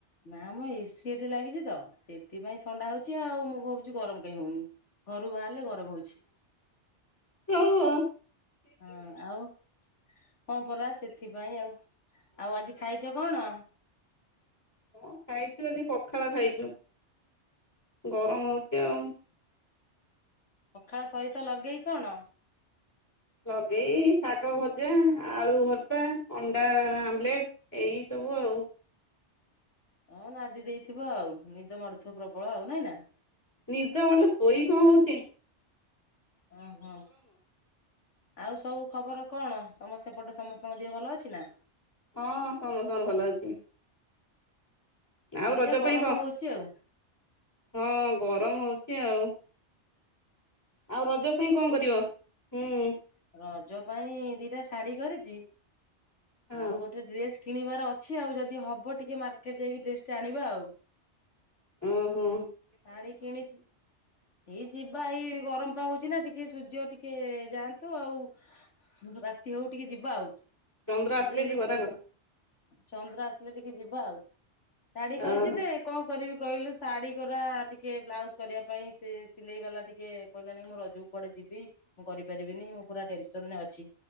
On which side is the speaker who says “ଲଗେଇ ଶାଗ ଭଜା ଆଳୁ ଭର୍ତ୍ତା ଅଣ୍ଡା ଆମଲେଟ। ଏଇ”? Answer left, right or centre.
Left